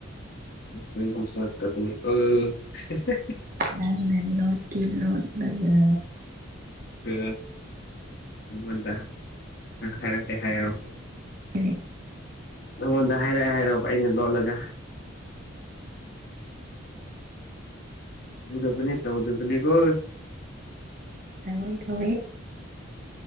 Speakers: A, on the left; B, on the right.
A: <unintelligible>
B: ꯅꯪꯅ ꯂꯣꯠ ꯇꯤ ꯂꯣꯠꯂꯒ
A: ꯑ ꯑꯩꯉꯣꯟꯗ ꯍꯥꯏꯔꯛꯀꯦ ꯍꯥꯏꯔꯣ
B: ꯀꯔꯤ
A: ꯅꯉꯣꯟꯗ ꯍꯥꯏꯔꯛꯑꯦ ꯍꯥꯏꯔꯣꯕ ꯑꯩꯅ ꯂꯣꯠꯂꯒ ꯎꯗꯕꯅꯤ ꯇꯧꯗꯕꯅꯦ ꯀꯣ
B: ꯇꯧꯋꯦ ꯇꯧꯋꯦ